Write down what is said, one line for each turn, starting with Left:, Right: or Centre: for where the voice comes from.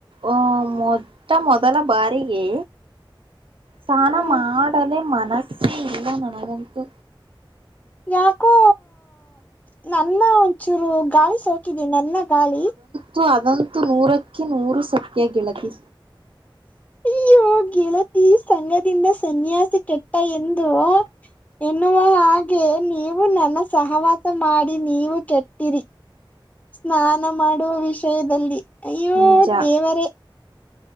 Right: ಆಹ ಮೊಟ್ಟ ಮೊದಲ ಬಾರಿಗೆ. ಸ್ನಾನ
Left: ಹ್ಮ
Right: ಮಾಡಲೆ ಮನಸ್ಸೇ ಇಲ್ಲ ನನಗಂತೂ.
Left: ಯಾಕೊ.... ನನ್ನ ಒಂಚೂರು ಗಾಳಿ ಸೋಕಿದೆ ನನ್ನ ಗಾಳಿ..
Right: ಹು ಅದಂತೂ ನೂರಕ್ಕೆ ನೂರು ಸತ್ಯ ಗೆಳತಿ.
Left: ಅಯ್ಯೋ ಗೆಳತಿ ಸಂಘದಿಂದ ಸನ್ಯಾಸಿ ಕೆಟ್ಟ ಎಂದು. ಎನ್ನುವ ಹಾಗೆ ನೀವು ನನ್ನ ಸಹವಾಸ ಮಾಡಿ ನೀವು ಕೆಟ್ಟಿರಿ. ಸ್ನಾನ ಮಾಡುವ ವಿಷಯದಲ್ಲಿ ಈ
Right: ನಿಜಾ
Left: ದೇವರೇ.